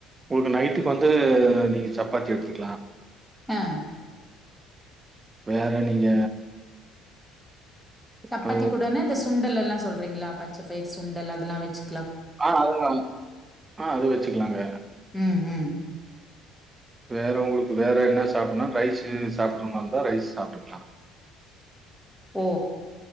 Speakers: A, on the right (about 25°); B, in the centre.
A: உங்களுக்கு நைட்டுக் வந்து நீங்க சப்பாத்தி எடுத்துக்கலா
B: ஆஹ்
A: வேற நீங்க
B: சப்பாத்தி
A: ஆ
B: கூடன்னா இந்த சுண்டலெல்லா சொல்றீங்களா பச்ச பயிர் சுண்டல் அதெல்லா வச்சு
A: ஆஹ் அது நல்லா <inaudible> ஆஹ் அது வெச்சுக்கலாங்க
B: ம் ம்.
A: வேற உங்களுக்கு வேற என்ன சாப்புட்னா ரைஸு சாப்ட்ற மார்ந்தா ரைஸ் சாப்ட்டுக்கலா
B: ஓ